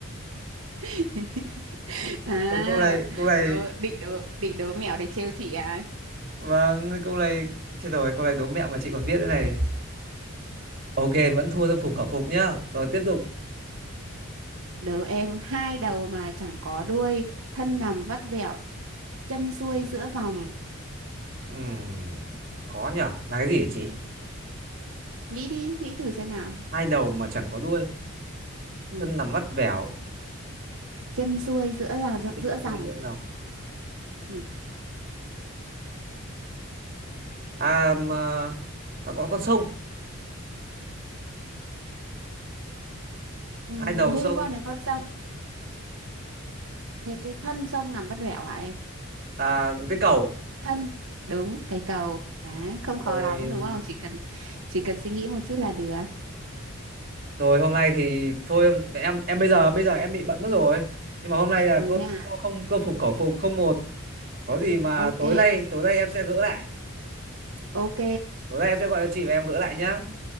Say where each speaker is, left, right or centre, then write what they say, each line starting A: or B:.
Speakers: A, on the right; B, on the right.
A: <laughs> À,
B: ôi câu này, câu này,
A: đố, định đố, định đố mẹo để trêu chị à?
B: vâng, câu này, chết rồi, câu này đố mẹo mà chị còn biết thế này. Ok, vẫn thua tâm phục khẩu phục nhá. Rồi tiếp tục.
A: Đố em hai đầu mà chẳng có đuôi, thân nằm vắt vẹo, chân xuôi giữa dòng.
B: Ừm, khó nhở, là cái gì hả chị?
A: Nghĩ đi, nghĩ thử xem nào.
B: Hai đầu mà chẳng có đuôi,
A: ừ
B: thân nằm vắt vẻo,
A: chân xuôi giữa là giữa
B: chân
A: dòng
B: xuôi giữa dòng.
A: ừ.
B: À, mà, à có con sông,
A: Ừ,
B: hai đầu
A: liên
B: sông,
A: quan đến con sông thế cái thân sông nằm vắt vẻo hả em
B: à, cái cầu.
A: cái thân đúng cái cầu đấy không khó
B: Ôi,
A: lắm đúng không chỉ cần chỉ cần suy nghĩ một chút là được
B: rồi hôm nay thì thôi em em bây giờ bây giờ em bị bận mất rồi. Nhưng mà hôm nay là
A: à,
B: thôi
A: thế à
B: không không phục khẩu phục không một. Có gì mà
A: ok
B: tối nay tối nay em sẽ gỡ lại.
A: ok
B: tối nay em sẽ gọi cho chị và em gỡ lại nhá